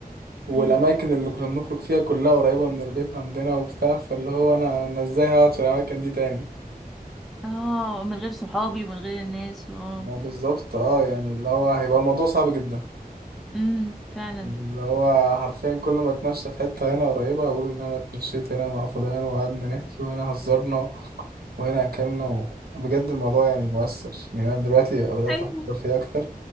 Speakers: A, on the right; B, in the centre.
A: والأماكن
B: امم
A: اللي كنا بنخرج فيها كلها قريبة من البيت عندنا وبتاع فاللي هو أنا أنا إزاي هقعد في الأماكن دي تاني
B: اه من غير صحابي ومن غير الناس اه
A: ما بالظبط اه يعني اللي هو هيبقى الموضوع صعب جدا
B: امم فعلا
A: اللي هو حرفيا كل ما اتمشى في حتة هنا قريبة هقول إن أنا اتمشيت هنا مع فلان وقعدنا نحكي وهنا هزرنا وهنا أكلنا و... بجد الموضوع يعني مؤثر يعني أنا دلوقتي بدأت
B: ايوه
A: أفكر فيه أكتر